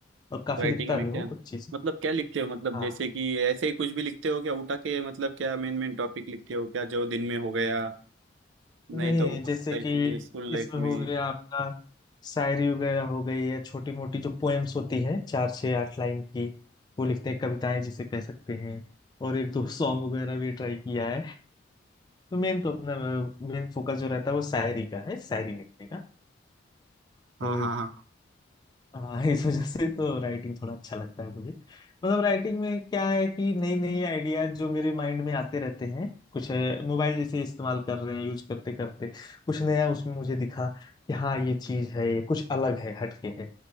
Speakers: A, on the left (about 20°); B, on the right (about 75°).
A: और काफी
B: राइटिंग
A: लिखता
B: में
A: भी हूँ
B: क्या
A: कुछ चीजें
B: मतलब क्या लिखते हो मतलब
A: हाँ
B: जैसे कि ऐसे ही कुछ भी लिखते हो क्या उठा के मतलब क्या मेन मेन टॉपिक लिखते हो क्या जो दिन में हो गया नहीं
A: नहीं
B: तो
A: जैसे
B: लाइफ
A: कि
B: में स्कूल लाइफ
A: इसमें
B: में
A: हो गया आपका शायरी वगैरह हो गई या छोटी मोटी जो पोएम्स होती हैं चार छः आठ लाइन की वो लिखते हैं कविताएं जिसे कह सकते हैं और एक दो सॉन्ग वगैरह भी ट्राई किया है तो मेन तो अपना मेन फोकस जो रहता है वो शायरी का है शायरी लिखने का तो
B: हाँ हाँ हाँ
A: हाँ <laughs> इस वजह से तो राइटिंग थोड़ा अच्छा लगता है मुझे मतलब राइटिंग में क्या है कि नई नई आइडियाज जो मेरे माइंड में आते रहते हैं कुछ मोबाइल जैसे इस्तेमाल कर रहे हैं यूज करते करते कुछ नया उसमें मुझे दिखा कि हाँ ये चीज है ये कुछ अलग है हटके है